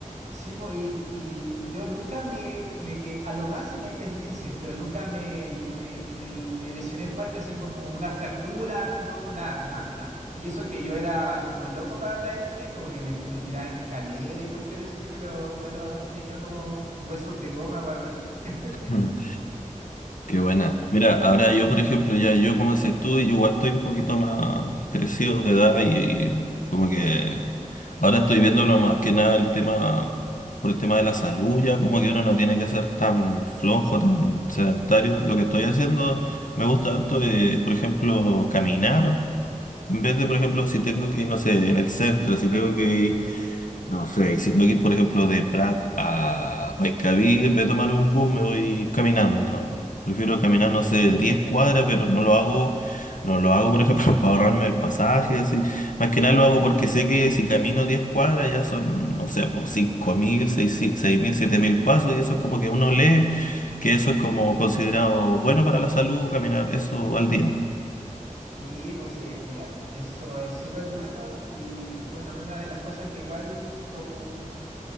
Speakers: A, on the right; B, on the left.
A: Sí, po, y, y yo nunca me, me que a lo más me esguincé, pero nunca me, me, me- me lesioné fuerte, así como una fractura, no, nada, nada, nada. Y eso que yo era como loco para andar en skate, como que me, me tiraba en escalera y cuestiones así, pero bueno, tenía como huesos de goma o algo así. <laughs>
B: Mm, Qué buena. Mira, ahora yo,
A: Sí.
B: por ejemplo, ya yo, como dices tú, yo igual estoy un poquito más crecido de edad y, y como que ahora estoy viéndolo más que nada el tema, por el tema de la salud, ya como que uno no tiene que ser tan flojo, tan sedentario. Lo que estoy haciendo me gusta harto, eh, por ejemplo, caminar. En vez de, por ejemplo, si tengo que ir, no sé, en el centro, si tengo que ir No sé, y si tengo que ir, por ejemplo, de Prat a Paiscaví, en vez de tomar un bus, me voy caminando. Prefiero caminar,
A: Mm.
B: no sé, 10 cuadras, pero no lo hago, no lo hago, por ejemplo, <laughs> para ahorrarme el pasaje, así. Más que nada lo hago porque sé que si camino 10 cuadras ya son, no sé, pues cinco mil, seis mil siete mil pasos, y eso es como que uno lee que eso es como considerado bueno para la salud, caminar eso al día.
A: Sí, pues sí, eh, mira, eso es súper bueno y bueno, una de las cosas que igual como